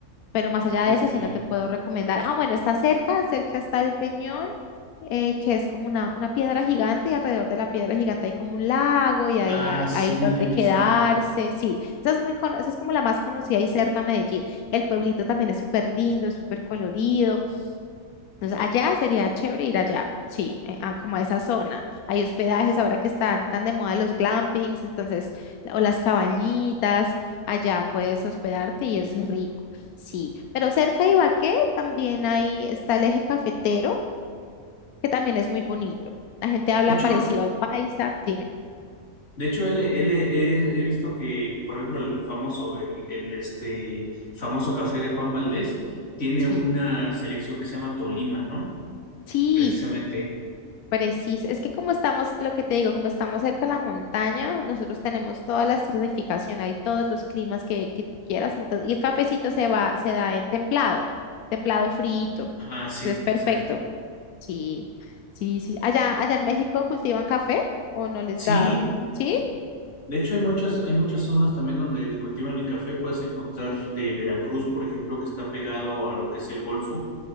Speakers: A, on the left; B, on the left.
A: Pero más allá
B: Ok.
A: de eso, si no te puedo recomendar. Ah, bueno, está cerca, cerca está el Peñón, eh, que es como una, una piedra gigante y alrededor de la piedra gigante hay como un lago y ahí
B: Ah,
A: ha-
B: sí,
A: hay donde
B: la he visto.
A: quedarse. Sí, esa es muy cono- esa es como la más conocida y cerca a Medellín. El pueblito también es súper lindo, es súper colorido. Entonces, allá sería chévere ir allá, sí, eh, a- como a esa zona. Hay hospedajes ahora que están tan de moda los glampings, entonces, la- o las cabañitas, allá puedes hospedarte y es rico, sí. Pero cerca de Ibagué también ahí está el eje cafetero, que también es muy bonito. La gente habla
B: De hecho,
A: parecido al paisa, dime.
B: de hecho, él, él- he, he visto que, por ejemplo, el famoso, el, el, este famoso café de Juan Valdés tiene
A: Sí,
B: una selección que se llama Tolima, ¿no?
A: sí,
B: Precisamente.
A: Preciso. Es que como estamos, lo que te digo, como estamos cerca de la montaña, nosotros tenemos toda la estratificación, hay todos los climas que, que tú quieras. Entonces, y el cafecito se va, se da en templado, templado frito.
B: Ajá, sí,
A: Entonces es perfecto.
B: exacto.
A: Sí, sí, sí. Allá, allá en México cultivan café o no les
B: Sí,
A: da, ¿sí?
B: de hecho hay muchas, hay muchas zonas también donde cultivan el café. Puedes encontrar de Veracruz, por ejemplo, que está pegado a lo que es el Golfo.